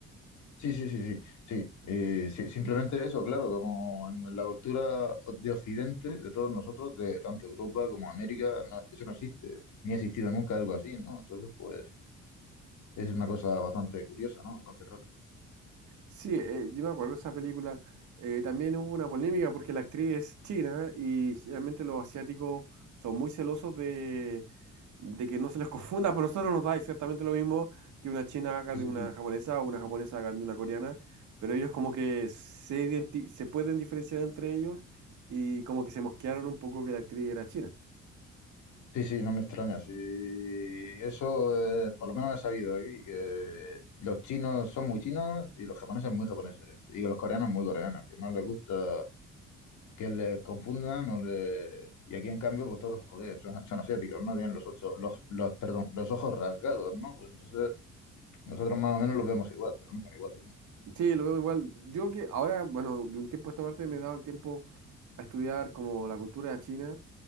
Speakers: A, on the left; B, on the right.
A: Sí, sí, sí, sí, sí, eh, sí, simplemente eso, claro, como en la cultura de Occidente, de todos nosotros, de tanto Europa como América, no- eso no existe, ni ha existido nunca algo así, ¿no? Entonces, pues, es una cosa bastante curiosa, ¿no? Bastante rara.
B: Sí, eh, yo me acuerdo de esa película. Eh, también hubo una polémica porque la actriz es china y generalmente los asiáticos son muy celosos de, de que no se les <laughs> confunda. Por nosotros nos da exactamente lo mismo que una china haga
A: Sí,
B: de
A: sí,
B: una
A: sí.
B: japonesa o una japonesa haga de una coreana, pero ellos como que se, identi- se pueden diferenciar entre ellos y como que se mosquearon un poco que la actriz era china.
A: Sí, sí, no me extraña, sí, eso, eh, por lo menos he sabido aquí, que los chinos son muy chinos y los japoneses muy japoneses, y los coreanos muy coreanos, que no les gusta que le confundan o le... Y aquí en cambio, pues todos, joder, son, son asiáticos, ¿no? Tienen los ocho, los, los, perdón, los ojos rasgados, ¿no? Pues entonces nosotros más o menos los vemos igual, pero no son iguales, ¿no?
B: Sí, lo veo igual. Yo que ahora, bueno, de un tiempo a esta parte me he dado el tiempo a estudiar como la cultura china.